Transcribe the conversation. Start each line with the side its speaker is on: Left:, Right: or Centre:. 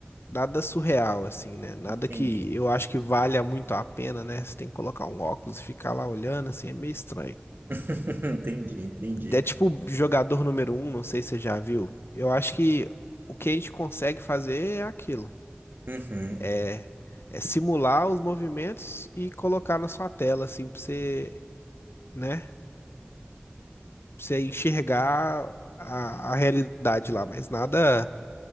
Left: nada surreal, assim, né? Nada
Right: entendi.
Left: que eu acho que valha muito a pena, né? Você tem que colocar um óculos e ficar lá olhando, assim, é meio estranho.
Right: <laughs> Entendi, entendi.
Left: É tipo jogador número um, não sei se você já viu. Eu acho que o que a gente consegue fazer é aquilo.
Right: Uhum.
Left: É, é simular os movimentos e colocar na sua tela, assim, pra você, né? Pra você enxergar a, a realidade lá, mas nada